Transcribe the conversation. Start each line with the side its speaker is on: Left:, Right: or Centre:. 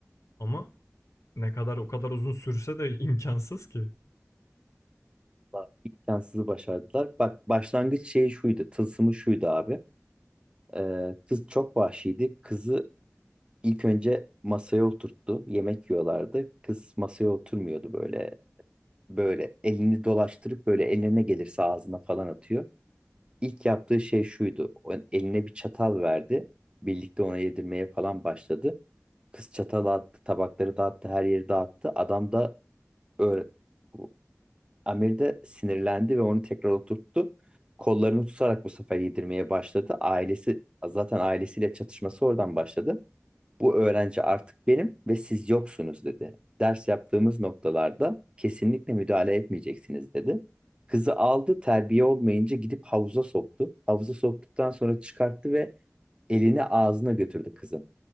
Left: Ama ne kadar o kadar uzun sürse de imkansız ki.
Right: Bak, imkansızı başardılar. Bak başlangıç şeyi şuydu. Tılsımı şuydu abi. Eee, kız çok vahşiydi. Kızı ilk önce masaya oturttu. Yemek yiyorlardı. Kız masaya oturmuyordu böyle. böyle elini dolaştırıp böyle eline gelirse ağzına falan atıyor. İlk yaptığı şey şuydu. O eline bir çatal verdi. Birlikte ona yedirmeye falan başladı. Kız çatalı attı, tabakları dağıttı, her yeri dağıttı. Adam da öyle, bu- Amir de sinirlendi ve onu tekrar oturttu. Kollarını tutarak bu sefer yedirmeye başladı. Ailesi zaten ailesiyle çatışması oradan başladı. Bu öğrenci artık benim ve siz yoksunuz dedi. Ders yaptığımız noktalarda kesinlikle müdahale etmeyeceksiniz dedi. Kızı aldı terbiye olmayınca gidip havuza soktu. Havuza soktuktan sonra çıkarttı ve elini ağzına götürdü kızın.